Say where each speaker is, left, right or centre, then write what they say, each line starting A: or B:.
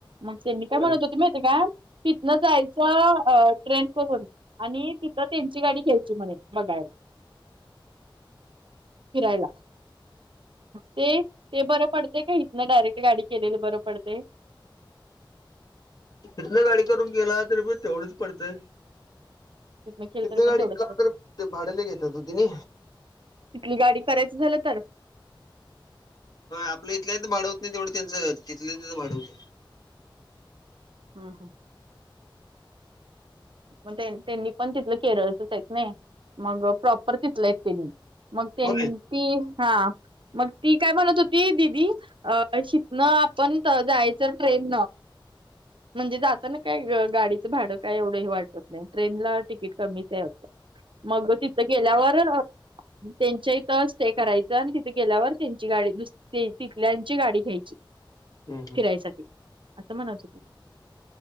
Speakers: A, on the right; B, on the left.
A: मग त्यांनी काय
B: अ,
A: म्हणत होते माहीती का न जायचं अ ट्रेक करून आणि तिथं त्यांची गाडी घ्याची म्हणे बघायला फिरायला ते बरं पडते का इथन डायरेक्ट गाडी केलेली बरं पडते?
B: इथन गाडी करून गेला तरी प तेवढच पडतय
A: तिथनं केलं
B: तिथल्या
A: तरी
B: गाडी
A: पण तेवढंच
B: का
A: पडते
B: तर भाडेयाला घेतात होतीने
A: तिथली गाडी करायचं झालं तर?
B: आपलं इथलं भाडवत नाही तेवढं त्यांचं तिथलं भाडवत
A: हम्म मग त्यांनी पण तिथलं केरळचच आहेत नाही मग प्रॉपर तिथलं आहेत त्यांनी मग त्यां
B: होय.
A: ती हा मग ती काय म्हणत होती दिदी अ शिकणं आपण जायचं ट्रेन नं म्हणजे जाता काय गाडीचं भाडं काय एवढं वाटत नाही ट्रेनला तिकीट कमीचत मग तिथ गेल्यावर. त्यांच्या इथं स्टे करायचं आणि तिथे गेल्यावर त्यांची गाडी नसते ते तिथल्याची गाडी घ्यायची
B: हम्म हम्म
A: फिरायसाठी असं म्हणत होते